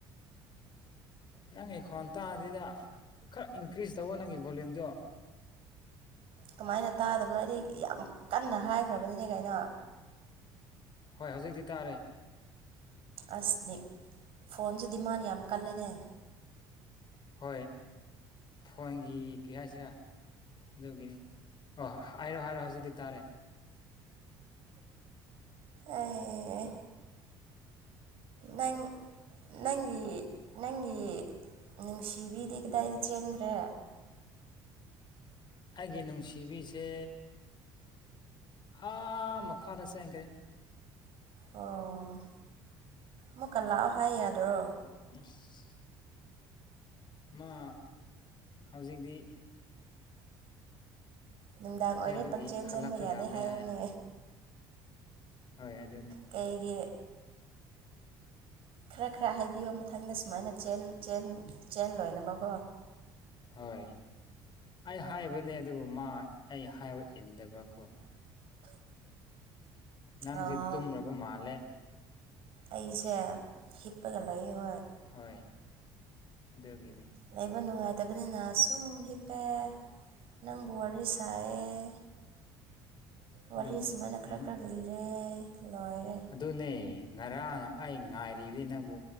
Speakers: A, on the left; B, on the right.
A: ꯅꯪꯒꯤ ꯈꯣꯟꯇꯥꯥꯗꯨꯗ ꯈꯔ ꯏꯟꯀ꯭ꯔꯤꯁ ꯇꯧꯕ ꯅꯪꯒꯤ ꯚꯣꯂꯌꯨꯝꯗꯣ
B: ꯀꯃꯥꯏꯅ ꯇꯥꯗꯕꯅꯣ ꯑꯩꯗꯤ ꯌꯥꯝ ꯀꯟꯅ ꯍꯥꯏꯈ꯭ꯔꯕꯅꯤꯅꯦ ꯀꯩꯅꯣ
A: ꯍꯣꯏ ꯍꯧꯖꯤꯛꯇꯤ ꯇꯥꯔꯦ
B: ꯑꯁꯅꯤ ꯐꯣꯟꯁꯦ ꯗꯤꯃꯥꯟ ꯌꯥꯝ ꯀꯜꯂꯦꯅꯦ
A: ꯍꯣꯏ ꯐꯣꯟꯒꯤ ꯀꯔꯤ ꯍꯥꯏꯁꯤꯔ ꯑꯗꯨꯒꯤꯅꯤ ꯑꯣ ꯍꯥꯏꯔꯣ ꯍꯥꯏꯔꯣ ꯍꯧꯖꯤꯛꯇꯤ ꯇꯥꯔꯦ
B: ꯑꯦ ꯅꯪ ꯅꯪꯒꯤ ꯅꯪꯒꯤ ꯅꯨꯡꯁꯤꯕꯤꯗꯤ ꯀꯗꯥꯏꯗ ꯆꯦꯟꯈ꯭ꯔꯦ
A: ꯑꯒꯤ ꯅꯨꯡꯁꯤꯕꯤꯁꯦ ꯍꯥ ꯃꯈꯥꯗ ꯆꯦꯟꯈ꯭ꯔꯦ
B: ꯑꯣ ꯃꯨ ꯀꯜꯂꯥꯛꯑꯣ ꯍꯥꯏ ꯌꯥꯗ꯭ꯔꯣ
A: ꯑꯁ ꯃꯥ ꯍꯧꯖꯤꯛꯇꯤ
B: ꯅꯨꯡꯗꯥꯡ ꯑꯣꯏꯔꯦ
A: ꯑꯗꯨꯒꯤ
B: ꯄꯪꯆꯦꯟ
A: ꯍꯜꯂꯛꯄ
B: ꯆꯟꯕ ꯌꯥꯗꯦ
A: ꯌꯥꯗ꯭ꯔꯦ
B: ꯍꯥꯏꯌꯨꯅꯦ
A: ꯍꯥꯏ ꯍꯣꯏ ꯑꯗꯨꯅꯤ
B: ꯀꯩꯒꯤ ꯈꯔ ꯈꯔ ꯍꯥꯏꯕꯤꯌꯣ ꯃꯊꯪꯗ ꯁꯨꯃꯥꯏꯅ ꯆ‌ꯦꯟ ꯆꯦꯟ ꯆ‌ꯦꯟ ꯂꯣꯏꯅꯕꯀꯣ
A: ꯍꯣꯏ ꯑꯩ ꯍꯥꯏꯕꯅꯦ ꯑꯗꯨꯕꯨ ꯃꯥ ꯑꯩ ꯍꯥꯏꯕ ꯏꯟꯗꯕꯀꯣ ꯅꯪꯁꯦ
B: ꯑꯥ
A: ꯇꯨꯝꯂꯕ ꯃꯥꯜꯂꯦ
B: ꯑꯩꯁꯦ ꯍꯤꯞꯄꯒ ꯂꯩ ꯍꯣꯏ
A: ꯍꯣꯏ ꯑꯗꯨꯒꯤꯅꯤ
B: ꯂꯩꯕ ꯅꯨꯡꯉꯥꯏꯇꯕꯅꯤꯅ ꯁꯨꯝ ꯍꯤꯞꯄꯦ ꯅꯪꯕꯨ ꯋꯥꯔꯤ ꯁꯥ ꯁꯥꯏꯌ‌ꯦ
A: ꯍꯣꯏ
B: ꯋꯥꯔꯤ
A: ꯑꯗꯨ
B: ꯁꯨꯃꯥꯏꯅ ꯈꯔ
A: ꯎꯝ
B: ꯈꯔ ꯂꯤ ꯔꯦ ꯂꯣꯏꯔ‌ꯦ
A: ꯑꯗꯨꯅꯦ ꯉꯔꯥꯡ ꯑꯩ ꯉꯥꯏꯔꯤꯕꯅꯤ ꯅꯪꯕꯨ